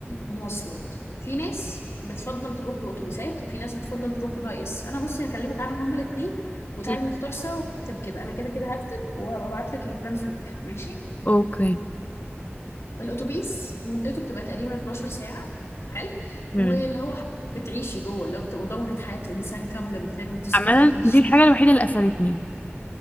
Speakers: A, on the left; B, on the left.
A: المواصلات في ناس بتفضل تروح بأتوبيسات وفي ناس بتفضل تروح بالهاي اس انا بصي هكلمك عنهم هما الاثنين وتعالي
B: هم
A: نختار سوا ونكتب كده انا كده كده هكتب وهبقى ابعت لك البلان في الاخر ماشي
B: اوكي
A: الاتوبيس مدته بتبقى تقريبا 12 ساعة حلو
B: هم
A: واللي هو ح- بتعيشي جوه اللي هو بتبقى دورة حياة انسان كاملة بتنامي وتصحي
B: عملا
A: وبتاكلي وتشربي
B: دي الحاجة الوحيدة اللي قفلتني